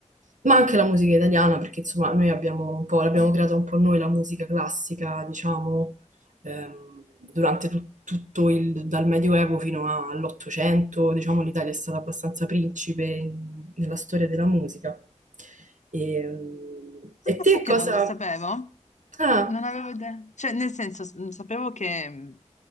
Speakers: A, on the right (about 80°); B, on the left (about 70°).
A: ma anche la musica italiana, perché insomma noi abbiamo un po', l'abbiamo creata un po' noi la musica classica, diciamo, ehm, durante tut- tutto il, dal Medioevo fino a- all'Ottocento, diciamo l'Italia è stata abbastanza principe in- nella storia della musica. E, ehm, e
B: Ah,
A: te
B: sai che
A: cosa...
B: non lo sapevo?
A: Ah,
B: Non avevo idea. Cioè, nel senso, s- mh, sapevo che, mh,